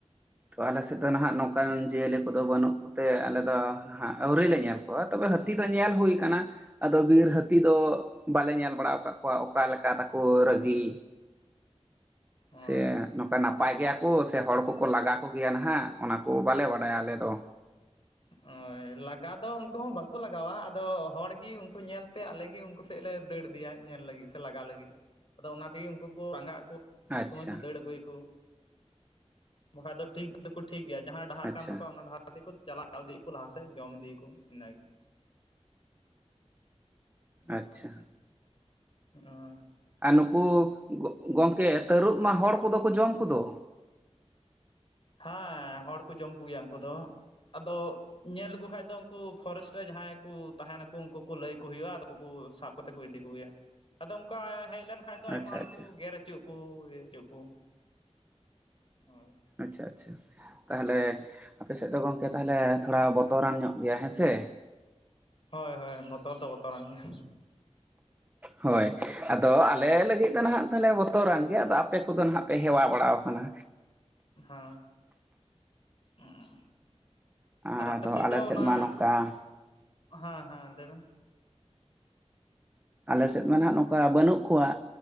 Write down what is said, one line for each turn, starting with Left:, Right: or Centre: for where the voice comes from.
Right: ᱛᱚ ᱟᱞᱮ ᱥᱮᱫ ᱫᱚ ᱱᱟᱦᱟᱜ ᱱᱚᱝᱠᱟᱱ ᱡᱤᱭᱟᱹᱞᱤ ᱠᱚᱫᱚ ᱵᱟᱹᱱᱩᱜ ᱠᱚᱛᱮ ᱟᱞᱮ ᱫᱚ ᱦᱟᱸᱜ ᱟᱹᱣᱨᱟᱹᱭ ᱞᱮ ᱧᱮᱞ ᱠᱚᱣᱟ ᱛᱚᱵᱮ ᱦᱟᱹᱛᱤ ᱫᱚ ᱧᱮᱞ ᱦᱩᱭ ᱟᱠᱟᱱᱟ, ᱟᱫᱚ ᱵᱤᱨ ᱦᱟᱹᱛᱤ ᱫᱚ ᱵᱟᱞᱮ ᱧᱮᱞ ᱵᱟᱲᱟ ᱟᱠᱟᱫ ᱠᱚᱣᱟ, ᱚᱠᱟ ᱞᱮᱠᱟ ᱛᱟᱠᱚ ᱨᱟᱹᱜᱤ?
Left: ᱦᱳᱭ
Right: ᱥᱮ ᱱᱚᱝᱠᱟ ᱱᱟᱯᱟᱭ ᱜᱮᱭᱟ ᱠᱚ ᱥᱮ ᱦᱚᱲ ᱠᱚᱠᱚ ᱞᱟᱜᱟ ᱠᱚᱜᱮᱭᱟ ᱱᱟᱦᱟᱜ᱾ ᱚᱱᱟ ᱠᱚ ᱵᱟᱞᱮ ᱵᱟᱰᱟᱭᱟ ᱟᱞᱮ ᱫᱚ᱾
Left: ᱦᱳᱭ ᱞᱟᱜᱟ ᱫᱚ ᱩᱱᱠᱩ ᱦᱚᱸ ᱵᱟᱠᱚ ᱞᱟᱜᱟᱣᱟ ᱟᱫᱚ ᱦᱚᱲ ᱜᱤ ᱩᱱᱠᱩ ᱧᱮᱞᱛᱮ ᱟᱞᱮᱜᱮ ᱩᱱᱠᱩ ᱥᱮᱫ ᱞᱮ ᱫᱟᱹᱲ ᱤᱫᱭᱟ ᱧᱮᱞ ᱞᱟᱹᱜᱤᱫ ᱥᱮ ᱞᱟᱜᱟ ᱞᱟᱹᱜᱤᱫ ᱟᱫᱚ ᱚᱱᱟ ᱛᱮᱜᱮ ᱩᱱᱠᱩ ᱠᱚ ᱨᱟᱸᱜᱟ ᱟᱠᱚ᱾
Right: ᱟᱪᱪᱷᱟ
Left: ᱥᱚᱢᱚᱭ ᱠᱚ ᱫᱟᱹᱲ ᱟᱹᱜᱩᱭᱟᱠᱚ ᱵᱟᱠᱟᱡ ᱫᱚ ᱴᱷᱤᱠ ᱫᱚ ᱴᱷᱤᱠ ᱜᱮᱭᱟ ᱡᱟᱦᱟᱸ ᱰᱟ ᱠᱟᱱ
Right: ᱟᱪᱪᱷᱟ
Left: ᱛᱟᱠᱚᱣᱟ ᱚᱱᱟ ᱰᱟᱦᱟ ᱛᱮᱠᱚ ᱪᱟᱞᱟᱣ ᱤᱫᱤ ᱟᱠᱚ ᱞᱟᱦᱟ ᱥᱮᱫ ᱡᱚᱢ ᱤᱫᱤᱭᱟᱠᱚ ᱤᱱᱟᱹ ᱜᱮ᱾
Right: ᱟᱪᱪᱷᱟ
Left: ᱦᱳᱭ ᱮ
Right: ᱟᱨ ᱱᱩᱠᱩ ᱜᱚᱢᱠᱮ ᱛᱟᱹᱨᱩᱵ ᱢᱟ ᱦᱚᱲ ᱠᱚᱫᱚ ᱠᱚ ᱡᱚᱢ ᱠᱚᱫᱚ᱾
Left: ᱦᱮᱸ ᱦᱚᱲᱠᱩ ᱡᱚᱢ ᱠᱚᱜᱮᱭᱟ ᱩᱱᱠᱩ ᱫᱚ ᱟᱫᱚ᱾ ᱧᱮᱞ ᱞᱮᱠᱩ ᱠᱷᱟᱡ ᱫᱚ ᱩᱱᱠᱩ ᱯᱷᱚᱨᱮᱥᱴ ᱨᱮ ᱡᱟᱸᱦᱟᱭ ᱠᱩ ᱛᱟᱦᱮᱱᱟᱠᱩ ᱩᱱᱠᱩ ᱠᱩ ᱞᱟᱹᱭ ᱟᱠᱩ ᱦᱩᱭᱩᱜᱼᱟ ᱟᱫᱚ ᱩᱱᱠᱩ ᱠᱩ ᱥᱟᱵ ᱠᱚᱛᱮ ᱠᱚ ᱤᱫᱤ ᱠᱚᱜᱮᱭᱟ ᱟᱫᱚ ᱚᱱᱠᱟ ᱦᱮᱡ ᱞᱮᱱ ᱠᱷᱟᱡ ᱫᱚ ᱟᱭᱢᱟ
Right: ᱟᱪᱪᱷᱟ
Left: ᱦᱚᱲ
Right: ᱟᱪᱪᱷᱟ
Left: ᱠᱩ ᱜᱮᱨ ᱦᱚᱪᱩᱜ ᱟᱠᱩ ᱦᱮᱜ ᱚᱪᱩ ᱟᱠᱩ ᱦᱳᱭ᱾
Right: ᱟᱪᱪᱷᱟ ᱟᱪᱪᱷᱟ ᱛᱟᱦᱞᱮ ᱟᱯᱮ ᱥᱮᱫ ᱫᱚ ᱜᱚᱝ ᱠᱮ ᱛᱟᱦᱞᱮ ᱛᱷᱚᱲᱟ ᱵᱚᱛᱚᱨᱟᱱ ᱧᱚᱜ ᱜᱮᱭᱟ ᱦᱮᱸ ᱥᱮ᱾
Left: ᱦᱚᱭ ᱦᱚᱭ ᱵᱚᱛᱚᱨ ᱫᱚ ᱵᱚᱛᱚᱨᱟᱱ ᱜᱮᱭᱟ᱾
Right: ᱦᱳᱭ ᱟᱫᱚ ᱟᱞᱮ ᱞᱟᱹᱜᱤᱫ ᱫᱚ ᱱᱟᱦᱟᱜ ᱛᱟᱦᱞᱮ ᱵᱚᱛᱚᱨᱟᱱ ᱜᱮ ᱟᱫᱚ ᱟᱯᱮ ᱠᱚᱫᱚ ᱱᱷᱟᱦ ᱯᱮ ᱦᱮᱣᱟ ᱵᱟᱲᱟᱟᱣ ᱠᱟᱱᱟ᱾
Left: ᱦᱚ ᱩᱸ᱾
Right: ᱟᱫᱚ
Left: ᱟᱨ ᱟᱯᱮ ᱥᱮᱜ
Right: ᱟᱞᱮ
Left: ᱫᱚ
Right: ᱥᱮᱫ
Left: ᱚᱱᱟ
Right: ᱢᱟ ᱱᱚᱝᱠᱟ
Left: ᱦᱮᱸ ᱦᱮᱸ ᱞᱟᱹᱭ ᱢᱮ᱾
Right: ᱟᱞᱮ ᱥᱮᱫ ᱢᱟ ᱱᱷᱟᱜ ᱱᱚᱝᱠᱟ ᱵᱟᱹᱱᱩᱜ ᱠᱚᱣᱟ